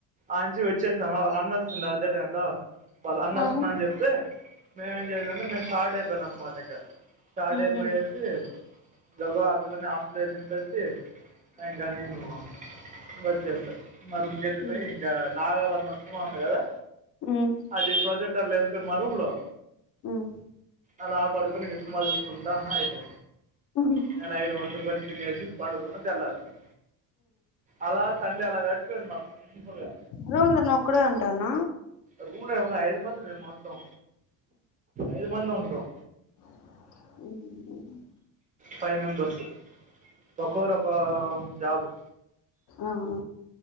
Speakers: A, on the right; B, on the left.
A: అనుంచి వచ్చేసామా వాళ్ళు అన్న వస్తుండ అదే టైంలో వాళ్ళ అన్న
B: ఆ
A: వస్తున్నాని చెప్తే నేనేం చేశామంటే మేము స్టార్ట్ అయిపోయాం అనమాట ఇంకా స్టార్ట్
B: ఉమ్
A: అయిపోయేసి అంతలోగా ఆ పిల్లని హాస్టల్లో దింపేసి ఇంకా నేను వచ్చేసా మా రూమ్‌కి
B: ఉమ్
A: ఎళ్ళిపోయి ఇంకా నాగబంధం సినిమా ఉంది కదా
B: ఉమ్మ్
A: అది ప్రొజెక్టర్లో ఏసుకుని మా రూమ్‌లో
B: ఉమ్మ్
A: అలా పడుకుని ఇంగ సినిమా చూసుకుంటా ఉన్నా అయిపో
B: ఉఉమ్మ్
A: ఇంగ నైటు వండుకొని తినేసి పండుకున్న తెల్లారింది అలా సండే అలా గడిచిపోయింది మాకు సింపుల్‌గా
B: రూమ్‌లో నువ్ ఒక్కడివే ఉంటాన్న
A: రూమ్‌లో ఒక ఐదు మంది మేం మొత్తం ఐదు మంది ఉంటం
B: మ్మ్ఉమ్మ్
A: ఫైవ్ మెంబర్స్ ఒక్కోరు ఒక్కో జాబు
B: ఆఆ